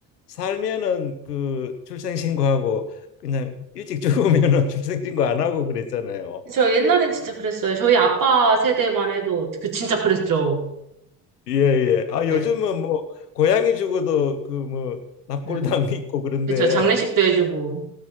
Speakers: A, on the left; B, on the right.
A: 살면은 그 출생신고하고 그냥 일찍 죽으면은 <laughs> 출생신고 안 하고 그랬잖아요.
B: 저 옛날엔 진짜 그랬어요. 저희 아빠 세대만 해도 그 진짜 그랬죠.
A: 예, 예. 아,
B: 네.
A: 요즘은 뭐 고양이 죽어도 그 뭐 납골당
B: 음,
A: <laughs> 있고 그런데
B: 그쵸. 장례식도 해주고.